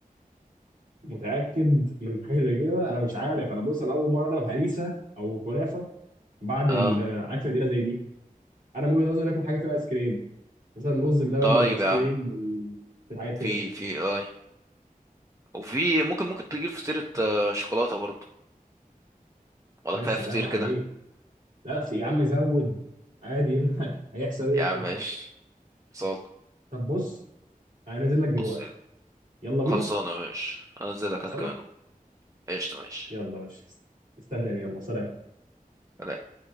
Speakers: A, on the right (about 60°); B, on the right (about 20°).
A: متاكد من حاجه زي كده انا مش عارف انا بص انا اول مره اضرب هريسه او كنافه بعد
B: اه
A: الاكله تقيله زي دي انا من وجهه نظري اكل حاجه فيها ايس كريم مثلا رز بلبن
B: طيب
A: بالايس
B: يا
A: كريم
B: عم
A: وكده حاجه كده
B: في في اي وفي ممكن ممكن تجيب فطيرة آه، شوكولاتة برضه ولا
A: يا
B: كفاية
A: سلام
B: فطير
A: عليك
B: كده
A: لا لا يا عم زود عادي إيه اللي <laughs> هيحصل ايه
B: يا عم
A: يعني
B: ماشي صال
A: طب بص انا نازل لك دلوقتي
B: بص
A: يلا
B: خلصانة
A: بينا
B: ماشي انزل لك
A: صنع
B: انا كمان أهو. قشطة ماشي
A: يلا ماشي است- استناني يلا سلام
B: سلام.